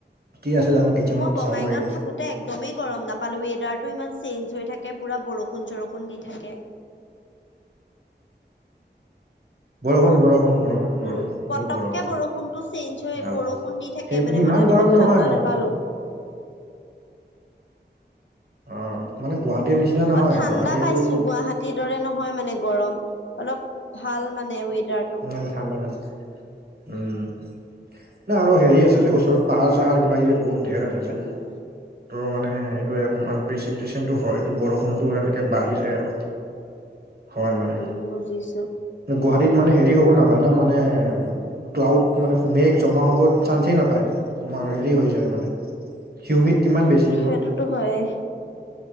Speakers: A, on the right (about 55°); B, on the left (about 90°).
A: কি আছে জানো। কিটচেনত
B: মই বঙাইগাঁৱত
A: চাব লাগিব
B: থাকো। তাতে একদমেই গৰম নাপালোঁ ৱেডাৰটো ইমান চেঞ্জ হৈ থাকে পুৰা বৰষুণ চৰষুণ দি থাকে।
A: বৰষুণ বৰষুণ বৰষুণ বৰষুণ
B: উম পতককে
A: বহুত বৰষুণ
B: বৰষুণতটো চেঞ্জ হৈ
A: ভাল
B: বৰষুণ দি থাকে।
A: সেই
B: কে মানে
A: সিমান
B: মই তাত
A: গৰম
B: ইমান
A: নহয়
B: ঠাণ্ডা
A: আৰু মানে
B: নাপালোঁ।
A: অৱ। মানে গুৱাহাটীৰ নিচিনা। নহয়
B: অ ঠাণ্ডা
A: গুৱাহাটীতো
B: পাইছোঁ গুৱাহাটীৰ দৰে নহয় মানে গৰম। অলপ ভাল মানে ৱেডাৰটো।
A: ইমান ঠাণ্ডা ঠাণ্ডা উম। নাই আৰু হেৰি আছে যে ওচৰত পাহাৰ চাহাৰ কিবা কিবি বহুত ধেৰ আছে যে।
B: উম
A: বতৰতো মানে সেইটোৱে অকমান প্ৰিচপটচনটো হয়টো বৰষুণটো তেনেকে বাঢ়ি যায় আৰু। হয় মানে,
B: উম বুজিছো
A: গুৱাহাটীত। মানে হেৰি হ'ব নাপায় ন মানে ক্লাউড মানে মেঘ জমা হব চান্সেই নাপায়, তোমাৰ হেৰি হৈ যায় মানে হিউমিড ইমান বেছি
B: সেইটোতো
A: ন
B: হয়েই